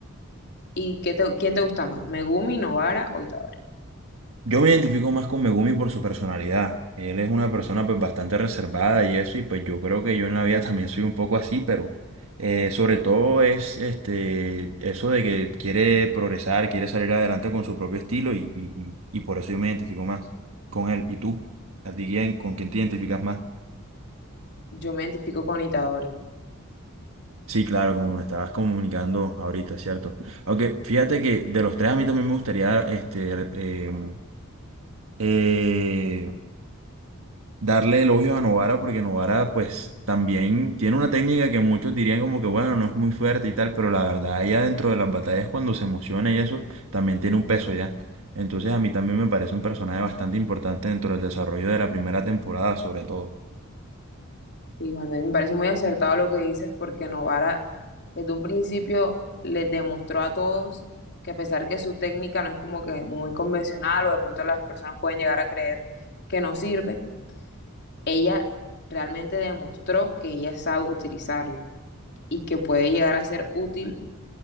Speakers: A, on the left (about 55°); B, on the right (about 70°).
A: ¿Y qué te- quién te gusta más? ¿Megumi, Novara o Itadori?
B: Yo me identifico más con Megumi por su personalidad. Él es una persona pues bastante reservada y eso, y pues yo creo que yo en la vida <laughs> también soy un poco así, pero eh, sobre todo es este eso de que quiere progresar, quiere salir adelante con su propio estilo y, y, y- y por eso yo me identifico más con él. ¿Y tú? ¿A ti quién, con quién te identificas más?
A: Yo me identifico con Itadori.
B: Sí, claro, como me estabas comunicando ahorita, ¿cierto? Aunque fíjate que de los tres a mí también me gustaría este, em, eh, darle elogios a Novara porque Novara pues también tiene una técnica que muchos dirían como que bueno, no es muy fuerte y tal, pero la verdad ella dentro de las batallas cuando se emociona y eso también tiene un peso ya. Entonces a mí también me parece un personaje bastante importante dentro del desarrollo de la primera temporada sobre todo.
A: Y cuando- me parece muy acertado lo que dices porque Novara desde un principio les demostró a todos que a pesar que su técnica no es como que muy convencional o de pronto las personas pueden llegar a creer que no sirve, ella realmente demostró que ella sabe utilizarla y que puede llegar a ser útil